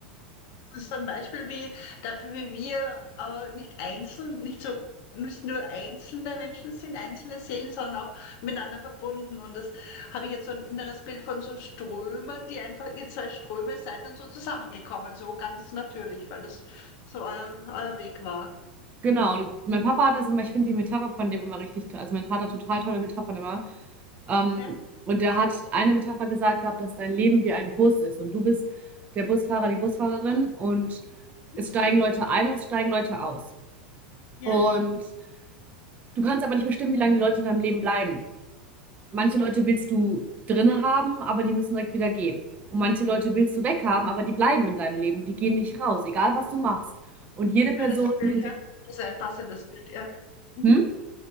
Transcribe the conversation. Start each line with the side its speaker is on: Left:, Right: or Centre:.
Left: Das ist ein Beispiel wie dafür, wie wir äh, nicht einzeln, nicht so nicht nur einzelne Menschen sind, einzelne Seelen, sondern auch miteinander verbunden. Und das habe ich jetzt so ein inneres Bild von so Strömen, die einfach, ihr zwei Ströme seid dann so zusammengekommen, so ganz natürlich, weil das so euer, euer Weg war.
Right: Genau, und mein Papa hat das immer, ich finde die Metapher von dem immer richtig toll, also mein Vater hat total tolle Metaphern immer. Ähm,
Left: Ja,
Right: und der hat eine Metapher gesagt gehabt, dass dein Leben wie ein Bus ist und du bist der Busfahrer, die Busfahrerin und
Left: mhm.
Right: es steigen Leute ein und es steigen Leute aus.
Left: ja,
Right: Und du kannst aber nicht bestimmen, wie lange die Leute in deinem Leben bleiben. Manche Leute willst du drinne haben, aber die müssen direkt wieder gehen. Und manche Leute willst du weghaben, aber die bleiben in deinem Leben und die gehen nicht raus, egal was du machst. Und jede
Left: schönes
Right: Person
Left: Bild,
Right: hinter
Left: ja. Ist ein passendes Bild, ja. Mhm.
Right: hm?